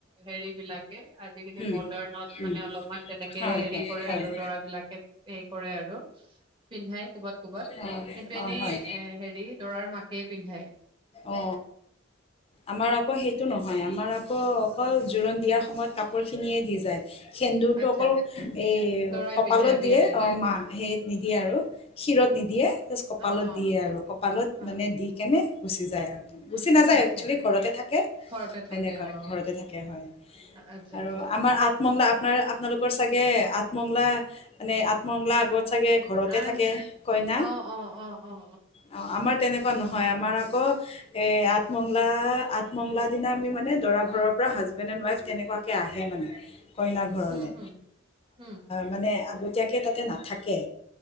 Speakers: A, on the right; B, on the left.
A: হেৰি বিলাকে আজিকালি মডাৰ্ণত
B: হুম, হুম,
A: মানে অলপমান তেনেকে
B: হয়
A: হেৰি
B: হয়
A: কৰে
B: হয়
A: আৰু দৰাবিলাকে হে কৰে আৰু পিন্ধাই কবাত কবাত
B: অ',
A: কিন্তু এনেই
B: অ', হয়
A: এ হেৰি দৰাৰ মাকে পিন্ধায়
B: অ, আমাৰ আকৌ সেইটো নহয় আমাৰ আকৌ অক অকল জোৰোণ দিয়া সময়ত কাপোৰ খিনিয়ে দি যায়। সেন্দুৰটো
A: আচ্ছা
B: অকল এই
A: দৰাই
B: কপালত
A: পিন্ধে বিয়াৰ
B: দিয়ে,
A: দিনা
B: অ মাহ সেই নিদিয়ে আৰু ক্ষিৰত নিদিয়ে কপালত
A: অ অ
B: দিয়ে আৰু কপালত
A: অ
B: মানে দি কেনে গ যায় অ তেনেকে, গুচি নাযায়,
A: আচ্ছা
B: এক্সচুৱেলী ঘৰতে থাকে,
A: ঘৰতে
B: তেনেকৈ
A: থাকে অ
B: ঘৰতে থাকে হয়
A: আচ্ছা
B: আৰু
A: আচ্ছা আচ্ছা
B: আমাৰ আঠ মংগলা আপোনাৰ আপোনালোকৰ চাগে আঠমংলা, মানে আঠমংলা আগত চাগে ঘৰতে
A: আন
B: থাকে কইনা,
A: অ অ অ অ
B: অ আমাৰ তেনে তেনেকুৱা নহয় আমাৰ আকৌ এই আঠমঙংলা আঠমঙংলা দিনা আমি মানে দৰা ঘৰৰ পৰা হাজবেণ্ড এণ্ড ৱাইফ তেনেকুৱাকে আহে মানে। কইনা ঘৰলে
A: হুম হুম হুম
B: মানে আগতে। এতিয়াকে তাতে নাথাকে।